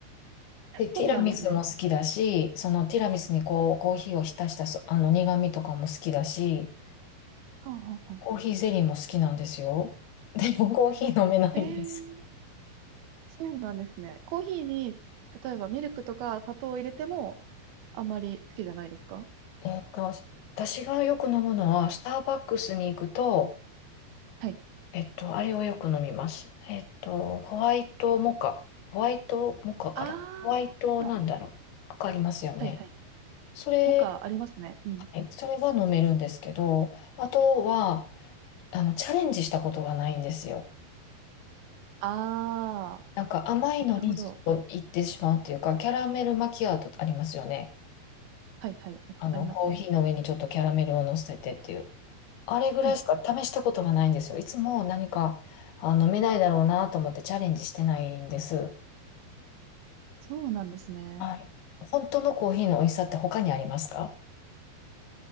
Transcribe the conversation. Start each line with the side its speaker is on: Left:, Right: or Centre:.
Left: で、ティラミスも好きだし、
Right: そうなんですね。
Left: そのティラミスにこう、コーヒーを浸したそ、あの苦味とかも好きだし、
Right: はんはんは
Left: コーヒーゼリーも好きなんですよ。<laughs> でもコーヒー飲めないんです。
Right: ん。えー、そうなんですね。コーヒーに、例えばミルクとか砂糖を入れてもあんまり好きじゃないですか
Left: えっと、私がよく飲むのは、スターバックスに行くと、
Right: はい。
Left: えっと、あれをよく飲みます。えっと、ホワイトモカ。ホワイトモカかな。
Right: ああ、
Left: ホワイトなんだろう。わかりますよね。
Right: はいはい。
Left: それ、
Right: モカありますね。うん。
Left: はい、それは飲めるんですけど、あとは、あの、チャレンジしたことがないんですよ。
Right: ああ、
Left: なんか甘いのにずっと行ってしまうっていうか、
Right: なるほど。
Left: キャラメルマキアートありますよね。
Right: はいはい。あありますね。
Left: あの、コーヒーの上にちょっとキャラメルを乗せてっていう。あれぐらいしか試したことがないんですよ。
Right: はい。
Left: いつも何か、あ、飲めないだろうなと思ってチャレンジしてないんです。
Right: そうなんですね。
Left: はい。本当のコーヒーの美味しさって他にありますか